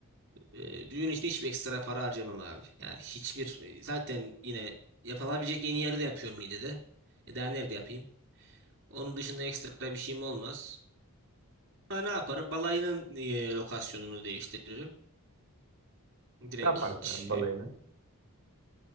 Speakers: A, on the right; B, on the right.
A: Ee, düğün için hiçbir ekstra para harcamam abi. Yani hiçbir e, zaten yine yapılabilecek en iyi yerde yapıyorum Niğde'de. E daha nerede yapayım? Onun dışında ekstra bir şeyim olmaz. Ha, ne yaparım? Balayının e, lokasyonunu değiştiririm. Direkt
B: Ne yaparsın
A: hiç
B: abi
A: e,
B: balayına?